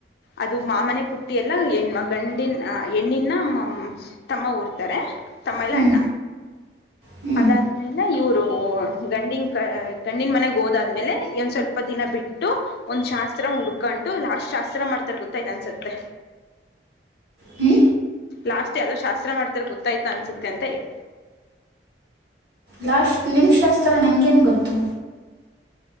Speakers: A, on the left; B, on the right.
A: ಅದು, ಮಾಮನೆ ಪುಟ್ಟಿ ಎಲ್ಲಾ ಹೆಣ ಗಂಡಿನ ಹೇಣ್ಣಿನ ತಮ್ಮ ಊರ್ತಾರೆ. ತಮ್ಮಇಲ್ಲ
B: ಹ್ಞೂ
A: ಅಣ್ಣ.
B: ಹ್ಞೂ
A: ಅದಾದ್ಮೇಲೆ ಇವ್ರು ಗಂಡಿನ್ ಕ ಗಂಡಿನ ಮನೆಗೆ ಹೋದಾದ್ಮೇಲೆ, ಇಂದ್ ಸ್ವಲ್ಪ ದಿನ ಬಿ ಒಂದ್ ಶಾಸ್ತ್ರ ಹುಡ್ಕೊಂಡು ಲಾಸ್ಟ್ ಶಾಸ್ತ್ರ ಮಾಡ್ತಾರೆ ಗೊತ್ತಾಯ್ತು ಅನ್ಸತ್ತೆ.
B: ಹ್ಞೂ
A: ಲಾಸ್ಟ್ ಯಾವ್ದೋ ಶಾಸ್ತ್ರ ಮಾಡ್ತಾರೆ ಗೊತ್ತಾಯ್ತ ಅನ್ಸುತ್ತೆ ಅಂತ, ಏ <inaudible>
B: ಲಾಸ್ಟ್ ನಿಮ್ಮ ಶಾಸ್ತ್ರ ನಂಗೇನ್ ಗೊತ್ತು.